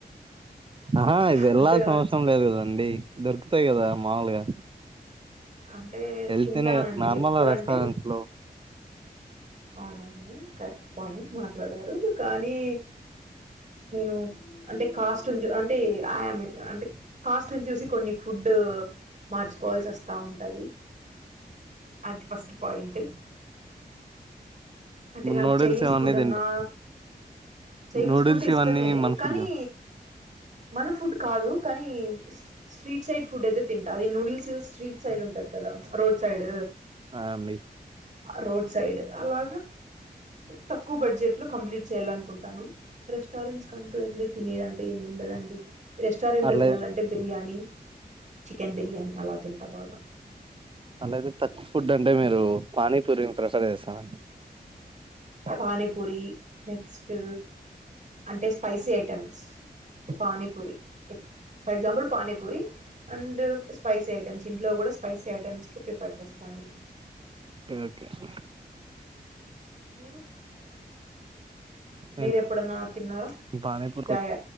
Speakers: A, on the right; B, on the right.
A: ఆహా ఇ వెళ్ళాల్సిన
B: ఫుడ్
A: అవసరం లేదు కదండి దొరుకుతాయి కదా మామొలుగా
B: అంటే
A: హల్తీ
B: తింటానండి.
A: నే కదా నార్మల్
B: ఎప్పుడంటే
A: రెస్టారెంట్ లో
B: అవునవును కరెక్ట్ పాయింట్ మాట్లాడారు కానీ నేను అంటే కాస్ట్ అంటేమ్ అంటే కాస్ట్ని చూసి కొన్ని ఫుడ్ మార్చుకోవాల్సి వస్తా ఉంటుంది అది ఫస్ట్ పాయింట్ అంటే నాకు
A: నూడిల్స్
B: చైనీస్
A: ఇవన్నీ
B: ఫుడ్ అన్నా
A: తింట
B: చైనీస్
A: నూడిల్స్
B: ఫుడ్ ఇష్టమే
A: ఇవన్నీ మన
B: కానీ
A: ఫుడ్ గా
B: మన ఫుడ్ కాదు కానీ స్ట్రీట్ సైడ్ ఫుడ్ అయితే తింటా అది నూడిల్స్ స్ట్రీట్ సైడ్ ఉంటది కదా రోడ్ సైడ్
A: ఆ అండి
B: రోడ్ సైడ్ అలా తక్కువ బడ్జెట్ లో కంప్లీట్ చేయాలనుకుం టాను రెస్టారెంట్స్ కంటూ ఎళ్లీ తినేదంటే ఏముండదండి రెస్టారెంట్ లో
A: అలా
B: తినాలంటే బిర్యానీ చికెన్ బిర్యానీ అలా తింటా బాగా
A: అలా అయితే తక్కువ ఫుడ్ అంటే మీరు పానీపూరిని ప్రిఫర్ చేస్తార
B: పానీపూరి నెక్స్టు అంటే స్పైసీ ఐటమ్స్ పానీపూరి ఎ for example panipuri and spicy items ఇంట్లో కూడా స్పైసీ ఐటెమ్స్కి ప్రిఫర్ చేస్తాను నేను
A: ఓకే ఓకే
B: మీరు
A: నేను
B: మీరు ఎప్పుడన్నా తిన్నారా
A: పానీపూర్కి
B: జాయ